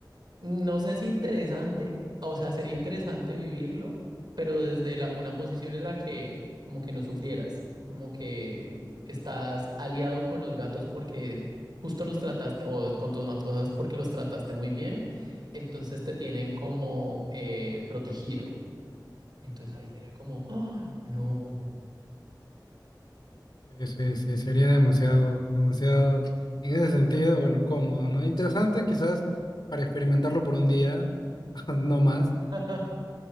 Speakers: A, on the right; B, on the left.
A: No sé si interesante, o sea, sería interesante vivirlo, pero desde la, una posición en la que como que no sufrieras, como que estás aliado con los gatos porque justo los trataste, o con tus mascotas porque los trataste muy bien, entonces te tienen como eh, protegido. Entonces ahí sería como, ¡ah, no.
B: Sí, sí, sí, sería demasiado, demasiado, en ese sentido, bueno, cómodo, ¿no? Interesante quizás para experimentarlo por un día, <laughs> no más,
A: <laughs>